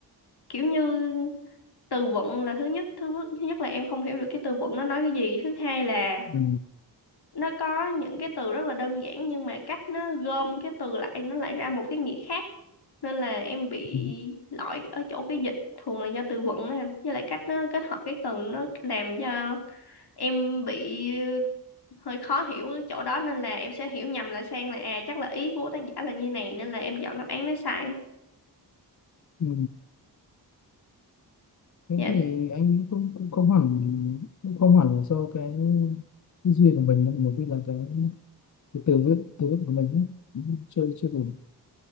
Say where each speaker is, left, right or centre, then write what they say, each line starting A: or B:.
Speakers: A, on the left; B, on the left.
A: kiểu như từ vựng là thứ nhất thứ nhất là em không hiểu được cái từ vựng nó nói cái gì thứ hai là
B: Ừ.
A: nó có những cái từ rất là đơn giản nhưng mà cách nó gom cái từ lại nó lại ra một cái nghĩa khác nên là em bị
B: Ừ.
A: lỗi ở chỗ cái dịch thường là do từ vựng á anh với lại cách nó kết hợp cái từ nó làm cho em bị hơi khó hiểu ở chỗ đó nên là em sẽ hiểu nhầm lại sang là à chắc là ý của tác giả là như này nên là em chọn đáp án nó sai
B: Ừ. thế
A: dạ
B: thì anh cũng cũng không hẳn cũng không hẳn là do cái tư duy của mình đâu nhiều khi là cái, cái từ vựng từ vựng của mình ấy chưa chưa đủ